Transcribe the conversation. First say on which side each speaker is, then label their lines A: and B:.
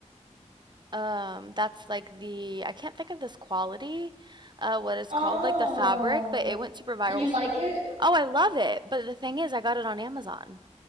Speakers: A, on the right (about 35°); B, on the right (about 55°).
A: um, that's like the I can't think of this quality, uh, what it's
B: Oh.
A: called, like the fabric, but it went super viral.
B: And you
A: f
B: like it?
A: oh, I love it. But the thing is, I got it on Amazon.